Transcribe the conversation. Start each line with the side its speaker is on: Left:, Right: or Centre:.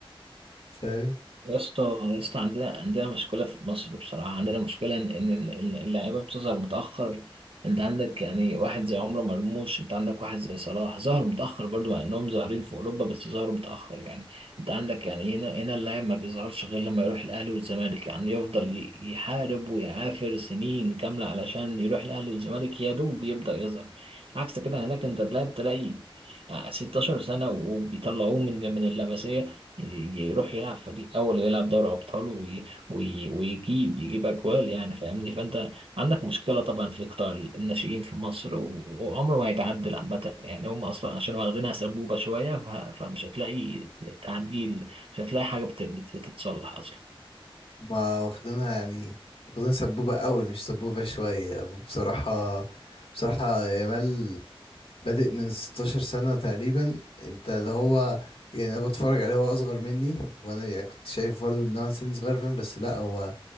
Left: <laughs> فاهم
Right: يا اسطى يا اسطى عندنا عندنا مشكلة في مصر بصراحة عندنا مشكلة إن إن ال- اللاعيبة بتظهر متأخر أنت عندك يعني واحد زي عمر مرموش أنت عندك واحد زي صلاح ظهروا متأخر برضو مع إنهم ظاهرين في أوروبا بس ظهروا متأخر يعني أنت عندك يعني هنا هنا اللاعب ما بيظهرش غير لما يروح الأهلي والزمالك يعني يفضل ي- يحارب ويعافر سنين كاملة علشان يروح الأهلي والزمالك يا دوب يبدأ يظهر عكس كده هناك أنت اللاعب تلاقي 16 سنة وبيطلعوه من من اللمسية يروح يلعب فريق اول ويلعب دوري ابطال وي... وي... ويجيب يجيب اجوال يعني فاهمني فانت عندك مشكله طبعا في قطاع الناشئين في مصر و... وعمره ما هيتعدل عامه يعني هم اصلا عشان واخدينها سبوبه شويه ف... فمش هتلاقي تعديل مش هتلاقي حاجه بت... بت- بتتصلح اصلا
Left: ما واخدينها يعني واخدين سبوبة قوي مش سبوبة شوية بصراحة بصراحة يامال بادئ من 16 سنة تقريبا انت اللي هو يعني انا بتفرج عليه هو اصغر مني وانا يعني كنت شايف برضه ان هو سن صغير فاهم بس لا هو